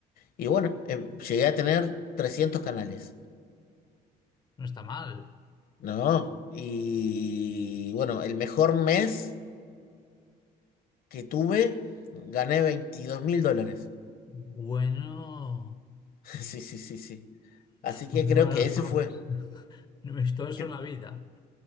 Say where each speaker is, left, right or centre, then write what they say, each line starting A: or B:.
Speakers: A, on the left (about 60°); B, on the left (about 25°).
A: Y bueno, eh, llegué a tener 300 canales.
B: no está mal.
A: No. Y bueno, el mejor mes que tuve, gané veintidós mil dólares. <laughs>
B: Bueno,
A: Sí, sí, sí, sí. Así que
B: pues no,
A: creo
B: <laughs>
A: que
B: no,
A: ese
B: no,
A: fue.
B: no he visto eso
A: cre-
B: en la vida,